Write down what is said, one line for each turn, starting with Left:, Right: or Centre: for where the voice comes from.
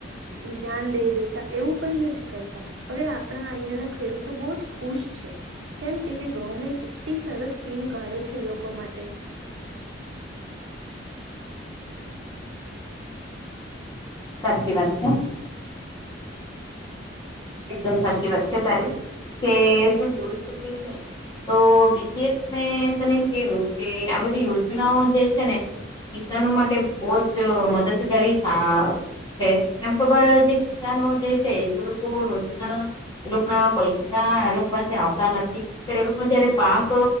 Right: એ જાન દઈ દેતા એવું કઈ નથી કરતા. હવે આપણા અહીંયાના ખેડૂતો બો જ ખુશ છે કેમ કે ગવર્મેન્ટ એટલી સરસ સ્કીમ કાઢે છે એ લોકો માટે
Left: સાચી વાત છે. એકદમ સાચી વાત છે તારી કે તું જોઈ શકી છે તો બીજી એક મેં તને કેવું કે આ બધી યોજનાઓ જે છે ને કિસાનો માટે બો જ મદદગારી છે. કેમ ખબર જે કિસાનો જે છે જે રોજના એ લોકો ના પૈસા એ લોકો પાસે આવતા નથી. એ લોકો જયારે પાક